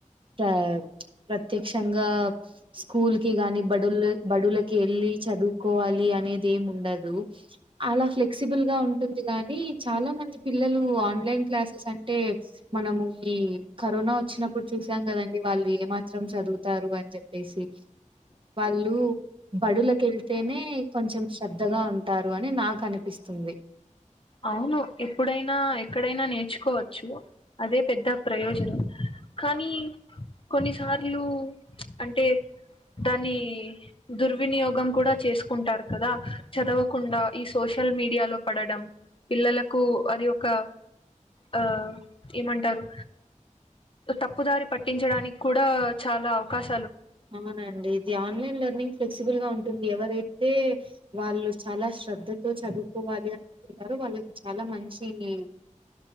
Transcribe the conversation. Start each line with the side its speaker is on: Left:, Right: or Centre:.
Right: ప్ర ప్రత్యక్షంగా స్కూల్ కి గాని బడుల బడులకి ఎళ్ళి చదువ్కోవాలి. అనేది ఏమి ఉండదు. అలా ఫ్లెక్సిబుల్ గా ఉంటుంది గాని, చాలా మంది పిల్లలు ఆన్లైన్ క్లాసెస్ అంటే మనము ఈ కరోనా ఒచ్చినప్పుడు చూసాం కదండి. వాళ్ళు ఏ మాత్రం చదువుతారు అని జెప్ పేసి వాళ్ళు బడులకెళ్తేనే కొంచం శ్రద్ధగా ఉన్ టారు అని నాక్ అనిపిస్తుంది
Left: అవును ఎప్పుడైనా ఎక్కడైనా నేర్చుకోవచ్చు. అదే పెద్ద ప్రయోజనం కానీ కొన్నిసార్లు అంటే దానీ దుర్వినియోగం కూడా చేసుకుంటారు కదా. చదవకుండా ఈ సోషల్ మీడియాలో పడడం పిల్లలకు అది ఒక ఆ ఏమంటారు తప్పుదారి పట్టించడానిక్ కూడా చాలా అవకాశ
Right: అవునండి ఇది ఆన్లైన్ లర్నింగ్ ఫె విసిబుల్ గా ఉంటుంది. ఎవరైతే వాళ్ళు చాలా శ్రద్ధ తో చదువుకోవాలి అనుకుంటరో వాళ్ళకి చాలా మంచిని